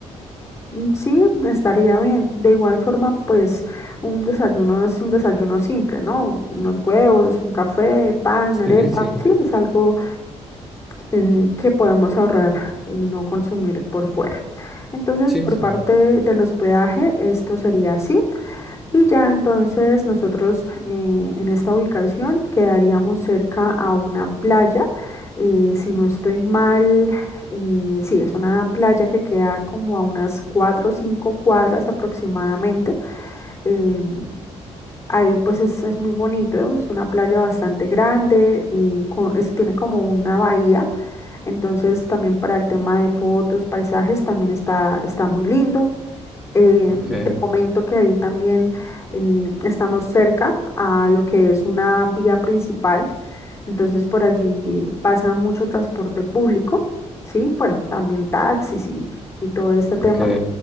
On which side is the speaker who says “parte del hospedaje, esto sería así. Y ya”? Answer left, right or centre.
Left